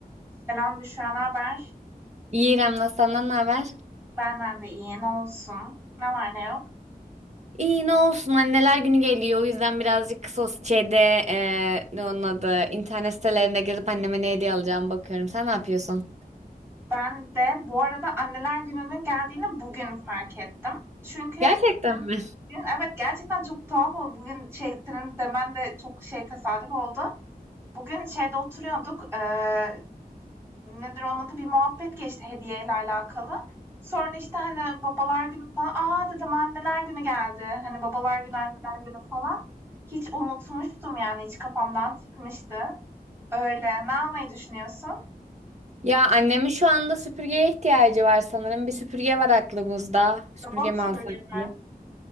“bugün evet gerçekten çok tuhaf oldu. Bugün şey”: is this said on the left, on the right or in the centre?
Right